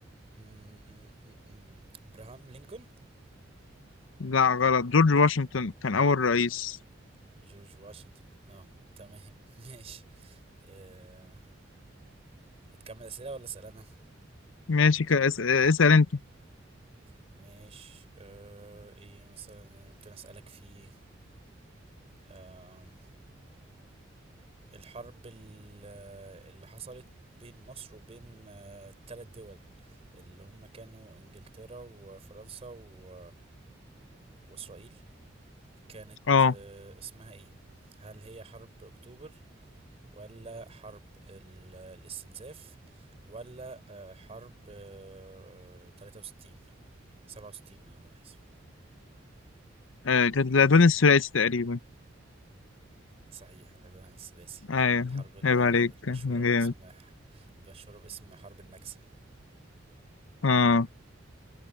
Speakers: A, on the right; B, on the left.
A: م- م- م- م- ابراهام لينكولن
B: لا غلط جورج واشنطن كان اول رئيس
A: جورج واشنطن اه تمام <laughs> ماشي آه هتكمل اسئلة ولا اسأل انا
B: ماشي ك- اس- اسال انت
A: ماشي آه ايه مثلا ممكن اسألك فيه آم، الحرب ال- اللي حصلت بين مصر وبين آه، التلات دول اللي هم كانوا انجلترا وفرنسا و... واسرائيل كانت
B: اه
A: آه، اسمها ايه هل هي حرب اكتوبر ولا حرب ال... الاستنزاف ولا آه، حرب آه، 63 67 انا اسف
B: آه، كانت الألوان الثلاثي تقريبا
A: صحيح إن ده الثلاثي
B: أيوه
A: الحرب اللي
B: عيب عليك
A: كانت مشهورة
B: أنا جامد
A: باسم مشهورة باسم حرب النكسة
B: أه